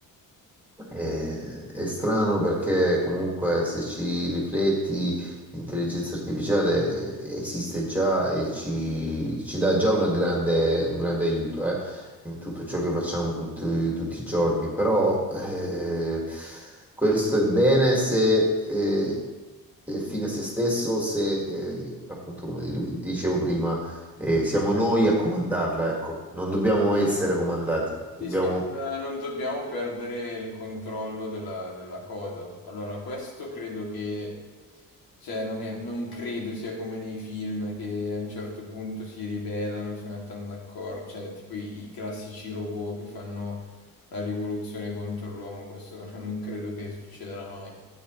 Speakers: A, in the centre; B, on the left.
A: Eh, È strano perché comunque se ci rifletti, l'intelligenza artificiale eh, esiste già e ci, ci dà già una grande, un grande aiuto, eh, in tutto ciò che facciamo tutti, tutti i giorni. Però eh, questo è bene se eh, è fine a se stesso, se eh, appunto come di- dicevo prima, eh, siamo noi a comandarla, ecco, non dobbiamo essere comandati, dobbiamo...
B: Sì, sì, non, non dobbiamo perdere il controllo della, della cosa. Allora, questo credo che, cioè, non è- non credo sia come nei film che a un certo punto si ribellano, si mettono d'accordo, cioè, tipo i, i classici robot che fanno la rivoluzione contro l'uomo, questo <laughs> non credo che succederà mai.